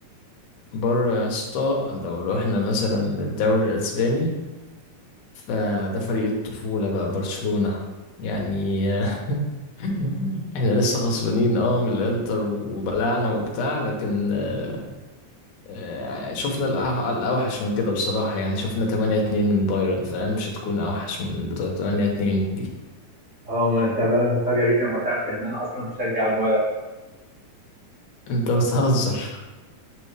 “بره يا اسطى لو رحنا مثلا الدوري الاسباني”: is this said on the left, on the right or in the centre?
Left